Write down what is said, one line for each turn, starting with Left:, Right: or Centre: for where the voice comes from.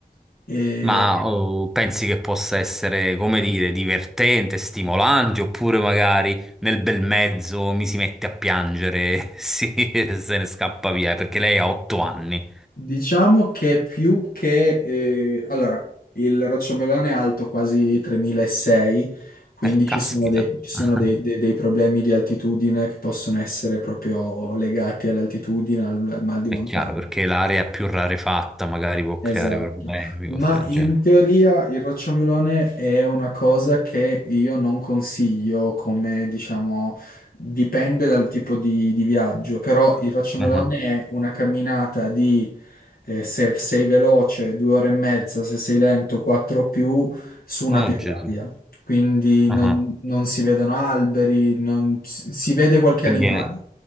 Left: eh,
Centre: Ma oh, pensi che possa essere, come dire, divertente, stimolante, oppure magari nel bel mezzo mi si mette a piangere, <laughs> sì, e se ne scappa via, perché lei ha otto anni.
Left: Diciamo che più che... eh, allora, il rocciamelone è alto quasi 3600, quindi
Centre: Eh,
Left: ci
Centre: caspita.
Left: sono dei, ci sono
Centre: Ah,
Left: dei- dei- dei problemi di altitudine che possono essere proprio legati all'altitudine, al, al mal di
Centre: È
Left: montagna.
Centre: chiaro, perché l'area più rarefatta magari può
Left: Esatto,
Centre: creare problemi,
Left: ma
Centre: cose del
Left: in
Centre: genere.
Left: teoria il rocciamelone è una cosa che io non consiglio come, diciamo, dipende dal tipo di, di viaggio, però il rocciamelone
Centre: Ah,
Left: è una camminata di, eh, se sei veloce, due ore e mezza, se sei lento, quattro o più, su una
Centre: Oh,
Left: pietraia.
Centre: Gesù.
Left: Quindi non,
Centre: Ah,
Left: non si vedono alberi, non, si si vede qualche
Centre: Quindi
Left: animale,
Centre: è